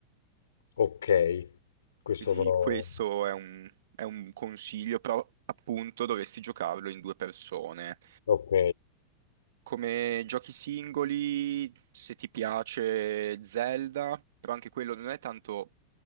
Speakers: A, on the left (about 65°); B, on the right (about 60°).
A: Ok, questo
B: Quindi
A: però...
B: questo è un, è un consiglio, però appunto dovresti giocarlo in due persone.
A: Ok.
B: Come giochi singoli, se ti piace Zelda, però anche quello non è tanto